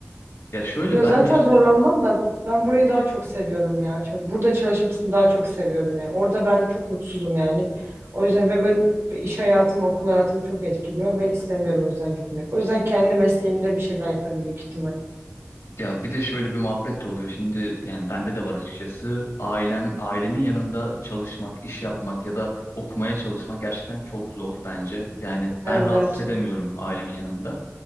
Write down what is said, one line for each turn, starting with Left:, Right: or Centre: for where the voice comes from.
Left: Ya şöyle
Right: Ya
Left: ben
Right: zaten
Left: de işte
Right: zorlanmam da ben burayı daha çok seviyorum ya. Ç- Burada çalışmasını daha çok seviyorum yani. Orada ben çok mutsuzum yani. O yüzden ve ben iş hayatım, okul hayatım çok etkiliyor ve istemiyorum o yüzden gitmek. O yüzden kendi mesleğimde bir şeyler yaparım büyük ihtimal.
Left: Ya bir de şöyle bir muhabbet de oluyor. Şimdi yani bende de var açıkçası. Ailem ailemin yanında çalışmak, iş yapmak ya da okumaya çalışmak gerçekten çok zor bence. Yani
Right: Evet.
Left: ben rahat hissedemiyorum ailemin yanında.